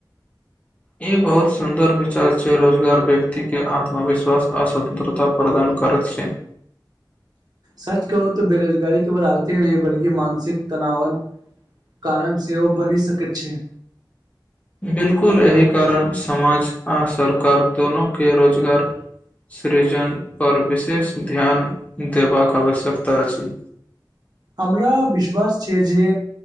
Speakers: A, on the left (about 20°); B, on the right (about 55°).
A: ई बहुत सुन्दर विचार छै रोजगार व्यक्ति के आत्मविश्वास आर स्वतंत्रता प्रदान करत छै
B: सच कहो त बेरोजगारी केवल आर्थिक नहि बल्कि मानसिक तनावन कारण सेहो बनि सकैत छै
A: बिलकुल एहि कारण समाज आ सरकार दोनो के रोजगार सृजन पर विशेष ध्यान देबाक आवश्यकता अछि
B: हँ हमरा विश्वास छै जे